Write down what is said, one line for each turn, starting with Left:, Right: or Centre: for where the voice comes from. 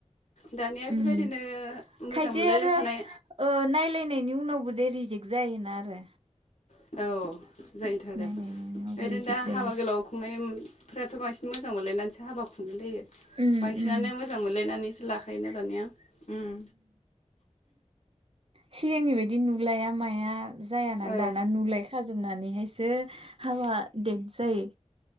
Left: दानिया
Right: उम
Left: बेबायदिनो मोजां
Right: खायसे
Left: मोनलायलायखानाय
Right: आरो ओ नायलायनायनि उनावबो दे रिजेक्ट जायोना आरो
Left: औ जायोथ' आरो
Right: नायलायनायनि उनावबो
Left: बेओरैनो
Right: रिजेक्ट
Left: दा
Right: जायो
Left: हाबा गोलाव खुंनाय फ्राथ'बांसिन मोजां मोनलनानैस हाबाखौ खुंलाय लायो
Right: उम
Left: बांसिनानो
Right: उम
Left: मोजां मोनलायनानैसो लाखायोना दानिया उम
Right: सिगांनि बायदि नुलाया माया जायाना
Left: औ
Right: दाना नुलाय खाजोबनानैहाय <unintelligible> हाबा <unintelligible> जायो